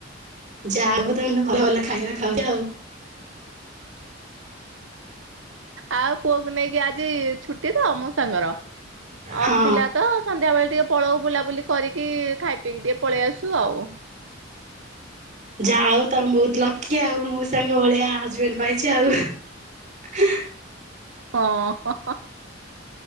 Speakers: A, on the right (about 40°); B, on the right (about 85°).
A: ଯା ହଉ ତମେ ଭଲ ଭଲ ଖାଇବା ଖାଉଚ ଆଉ।
B: ଆଉ ପୁଅକୁ ନେଇକି ଆଜି ଛୁଟି ତ ମୋ ମୋଉସାଙ୍କର ଅଫ୍
A: ହଁ
B: ଥିଲା ତ ସନ୍ଧ୍ୟା ବେଳେ ଟିକେ ପଳଉ ବୁଲାବୁଲି କରିକି ଖାଇ ପିଇକି ଟିକେ ପଳେଇ ଆସୁ ଆଉ।
A: ଯା ହଉ ତମେ ବହୁତ ଲକି ଆଉ ମୋଉସା ଙ୍କ ଭଳିଆ ହଜବେଣ୍ଡ ପାଇଚ ଆଉ।
B: ହଁ।